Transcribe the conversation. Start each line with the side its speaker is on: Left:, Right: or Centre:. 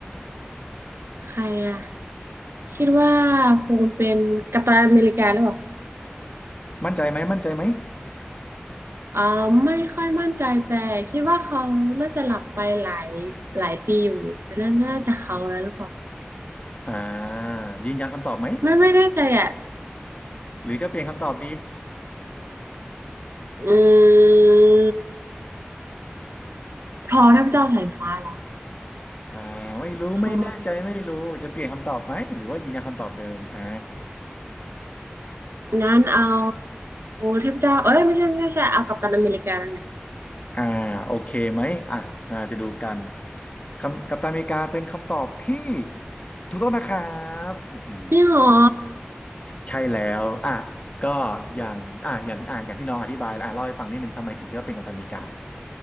Right: ใครอ่ะคิดว่าคงเป็นกัปตันอเมริกาหรือเปล่าคะ
Left: มั่นใจไหมมั่นใจไหม
Right: อ่าไม่ค่อยมั่นใจแต่คิดว่าเขาน่าจะหลับไปหลายหลายปีอยู่แต่น่าน่าจะเขาแล้วหรือเปล่า
Left: อ่ายืนยันคำตอบไหม
Right: ไม่ไม่แน่ใจอ่ะ
Left: หรือจะเปลี่ยนคำตอบดี
Right: อืมทอเทพเจ้าสายฟ้าเหรอ
Left: อ่าไม่รู้ไม่แน่ใจไม่รู้จะเปลี่ยนคำตอบไหมหรือว่ายืนยันคำตอบเดิมอ่า
Right: ทองั้นเอาเทพเจ้าเอ้ยไม่ใช่ไม่ใช่ไม่ใช่เอากัปตันอเมริกานั่นแหละ
Left: อ่าโอเคไหมอ่ะเราจะดูกันคำกัปตันอเมริกาเป็นคำตอบที่ถูกต้องนะครับอือหือ
Right: จริงเหรอ
Left: ใช่แล้วอ่ะก็อย่างอ่ะอย่างอ่ะอย่างที่น้องอธิบายอ่ะเล่าให้ฟังนิดนึงทำไมถึงคิดว่าเป็นกัปตันอเมริกา